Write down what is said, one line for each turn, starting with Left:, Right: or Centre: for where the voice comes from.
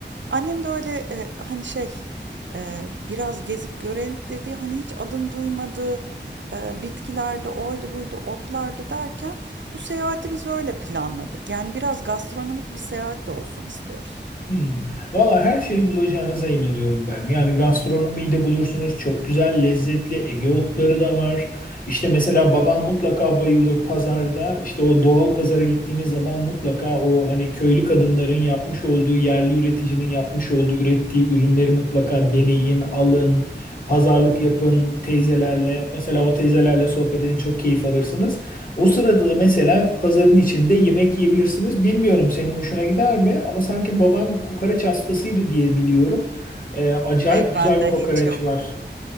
Right: Annem de öyle e, hani şey e, biraz gezip görelim dediği hani hiç adını duymadığı e, bitkilerde oydu buydu otlardı derken bu seyahati biz öyle planladık. Yani biraz gastronomik bir seyahat de olsun istiyoruz.
Left: Hmm. Valla her şeyi bulacağınıza inanıyorum ben. Yani gastronomiyi de bulursunuz. Çok güzel, lezzetli Ege otları da var. İşte mesela babam mutlaka bayılır pazarda. İşte o doğal pazara gittiğiniz zaman mutlaka o hani köylü kadınların yapmış olduğu, yerli üreticinin yapmış olduğu, ürettiği ürünleri mutlaka deneyin, alın. Pazarlık yapın teyzelerle. Mesela o teyzelerle sohbetini çok keyif alırsınız. O sırada mesela pazarın içinde yemek yiyebilirsiniz. Bilmiyorum senin hoşuna gider mi? Ama sanki baban kokoreç hastasıydı diye biliyorum. Ee, acayip
Right: Ay
Left: güzel
Right: ben de
Left: kokoreç
Right: hiç yok.
Left: var.